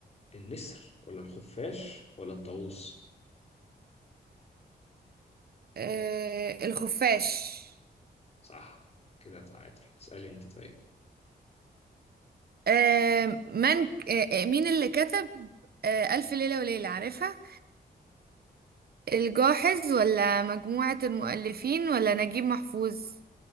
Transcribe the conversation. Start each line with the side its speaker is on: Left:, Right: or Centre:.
Left: النسر ولا الخفاش ولا الطاووس
Right: آه الخفاش
Left: صح كده تعادل اسألي انت طيب
Right: آه من ك- آه آه، مين اللي كتب آه ألف ليلة وليلة عارفها الجاحظ ولا مجموعة المؤلفين ولا نجيب محفوظ